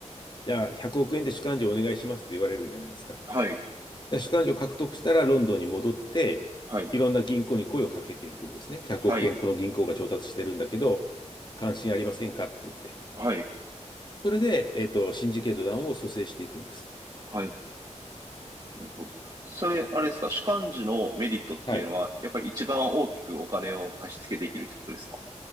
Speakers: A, on the left; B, on the right.
A: じゃあ100億円で主幹事をお願いしますって言われるじゃないですか。
B: はい、
A: で主幹事を獲得したらロンドンに戻って、
B: はい、
A: いろんな銀行に声をかけていくんですね。100億円この銀行が調達してるんだけど、
B: はい、
A: 関心ありませんかって言って。
B: はい、
A: それで、えっと、シンジケート団を蘇生していくんです。
B: はい。なるほど。それ、あれですか、主幹事のメリットっていうのは、
A: はい。
B: やっぱり一番大きくお金を貸し付けできるってことですか